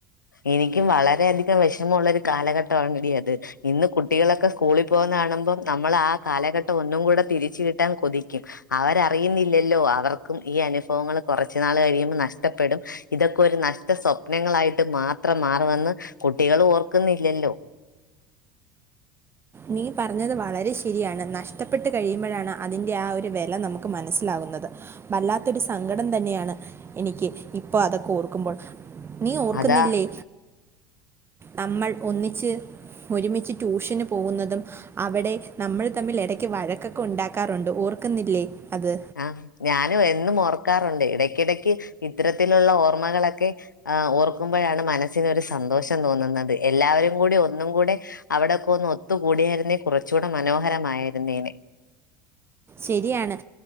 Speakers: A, on the left (about 85°); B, on the right (about 25°).
A: എനിക്കും വളരെയധികം വെഷമം ഉള്ള ഒരു കാലഘട്ടമാണ് എടീ അത് ഇന്ന് കുട്ടികളൊക്കെ സ്കൂളിൽ പോകുന്നെ കാണുമ്പം നമ്മൾ ആ കാലഘട്ടം ഒന്നും കൂടെ തിരിച്ച് കിട്ടാൻ കൊതിക്കും അവരറിയുന്നില്ലല്ലോ അവർക്കും ഈ അനുഭവങ്ങൾ കുറച്ചുനാൾ കഴിയുമ്പോൾ നഷ്ടപ്പെടും ഇതൊക്കെ ഒരു നഷ്ട സ്വപ്നങ്ങളായിട്ട് മാത്രം മാറുമെന്ന് കുട്ടികളും ഓർക്കുന്നില്ലല്ലോ
B: നീ പറഞ്ഞത് വളരെ ശരിയാണ് നഷ്ടപ്പെട്ട് കഴിയുമ്പോഴാണ് അതിൻ്റെ ആ ഒരു വില നമുക്ക് മനസ്സിലാകുന്നത് വല്ലാത്തൊരു സങ്കടം തന്നെയാണ് എനിക്ക് ഇപ്പോ അതൊക്കെ ഓർക്കുമ്പോൾ നീ ഓർക്കുന്നില്ലേ
A: അതാ
B: നമ്മൾ ഒന്നിച്ച് ഒരുമിച്ച് ട്യൂഷന് പോകുന്നതും അവിടെ നമ്മൾ തമ്മിൽ ഇടക്ക് വഴക്കൊക്കെ ഉണ്ടാക്കാറുണ്ട് ഓർക്കുന്നില്ലേ അത്
A: ആഹ് ഞാനും എന്നും ഓർക്കാറുണ്ട് ഇടക്കിടക്ക് ഇത്തരത്തിലുള്ള ഓർമ്മകളൊക്കെ ആഹ് ഓർക്കുമ്പോഴാണ് മനസ്സിനൊരു ഒരു സന്തോഷം തോന്നുന്നത് എല്ലാവരും കൂടി ഒന്നും കൂടെ അവിടെയൊക്കെ ഒന്ന് ഒത്തുകൂടിയായിരുന്നേ കുറച്ചുകൂടെ മനോഹരമായിരുന്നേനെ
B: ശരിയാണ്